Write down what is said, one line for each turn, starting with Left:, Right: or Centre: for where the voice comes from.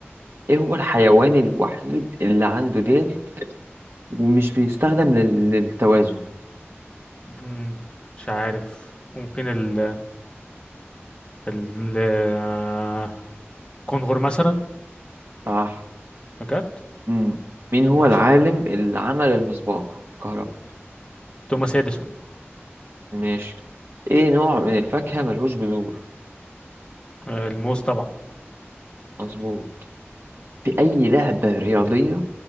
Right: ايه هو الحيوان الوحيد اللي عنده ديل ومش بيستخدم لل- للتوازن
Left: مم، مش عارف ممكن ال ال آه، كونغر مثلا
Right: صح
Left: بجد
Right: امم مين هو
Left: ماشي
Right: العالم اللي عمل المصباح كهرباء
Left: توماس اديسون
Right: ماشي ايه نوع من الفاكهة ملهوش جذور
Left: آه، الموز طبعا
Right: مظبوط في أي لعبة رياضية